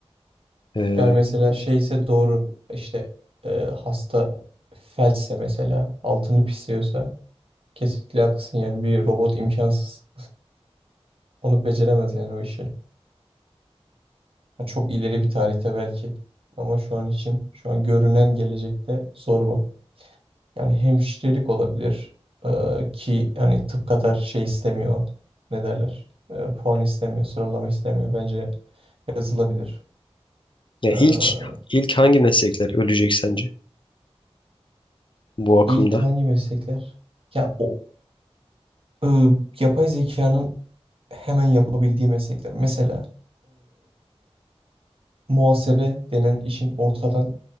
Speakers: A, on the left (about 50°); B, on the right (about 60°).
A: Ee,
B: Yani mesela şeyse doğru işte e, hasta felçse mesela altını pisliyorsa kesinlikle haklısın yani bir robot imkansız. Onu beceremez yani o işi. Ha, Çok ileri bir tarihte belki. Ama şu an için, şu an görünen gelecekte zor bu. Yani hemşirelik olabilir. Ee, ki yani tıp kadar şey istemiyor. Ne derler? Ee, puan istemiyor, sıralama istemiyor. Bence yazılabilir.
A: Ya
B: Ee,
A: ilk ilk hangi meslekler ölecek sence bu akımda?
B: ilk hangi meslekler? Ya o e, yapay zekanın hemen yapabildiği meslekler. Mesela muhasebe denen işin ortadan